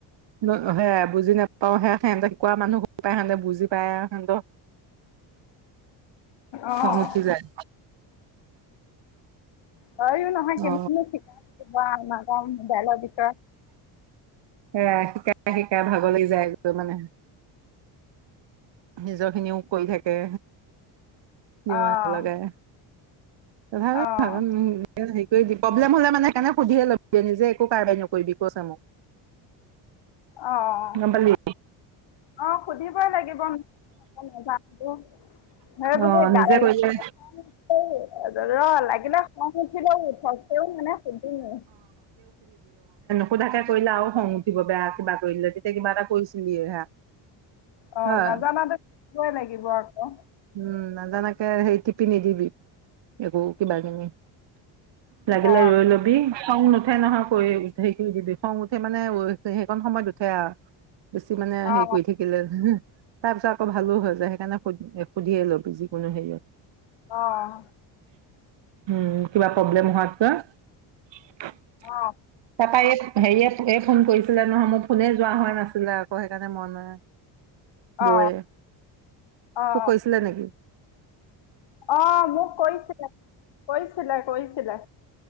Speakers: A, on the right; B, on the left.
A: উম উম সেয়া বুজি নাপাও সেয়া হেন্দু কোৱা মানুহ পা হেন্দু বুজি পায় আৰু হেন্দু।
B: অ'।
A: খং উঠি যায়।
B: হয় য়ো নয়হ কে
A: অ
B: ম শিকাই নাম দল বিক <unintelligible>
A: এয়া শিকাই শিকাই ভাগৰ লাগি যায় গৈ মানে হুম নিজৰ খিনিও কৰি থাকে। যিমান
B: অ',
A: লগাই তথাপিও
B: অ',
A: ভাগন <unintelligible> হেৰি কৰি দে প্ৰব্লেম হলে মানে সেইকাৰণে সুধিয়ে লবি নিজে একো কাৰ্বাই নকৰিবি কৈছে মোক।
B: অঅঅ
A: গম পালি
B: অ সুধিবই লাগিব নেজামটো।
A: অ
B: হে বোলে দাৰাইয়া
A: নিজে কৰিলে
B: আছে তেই। ৰ লাগিলে খং উঠিলেও উঠক তেওঁ মানে সুধিমে।
A: সোধাকে কৰিলে আৰু খং উঠিব বেয়া কিবা কৰিলে তেতিয়া কিবা এটা কৰিছিলিয়ে হা
B: অ
A: হয়
B: নাজানাদে শিকিবই লাগিব আকৌ
A: হুম নাজানকে হেৰি টিপি নিদিবি একো কিবা কিনি লাগিলে
B: অ
A: ৰই লবি খং নুঠে নহয় কৈ সেইখিনি দিবি খং উঠে মানে সেইখন সময়ত উঠে আৰু। বেছি মানে
B: অ
A: হেৰি কৰি থাকিলে হু হু তাৰ পিছত আকৌ ভালো হৈ যায় সেইকাৰণে সুধি দিয়ক। সুধিয়ে ল'বি যিকোনো হেৰিয়ত।
B: অঅ
A: উম কিবা প্ৰব্লেম হোৱাতকৈ। তাৰপা
B: অ
A: এত হেৰীয়ে ফুলে। ফোন কৰিছিলে নহয় মোৰ ফোনে যোৱা হয় নাছিলে আকৌ সেইকাৰণে মন নাই
B: অ
A: বৌয়ে
B: অ অ
A: তোক কৈছিলা নেকি?
B: অ মোক কৈছিলে কৈছিলে কৈছিলে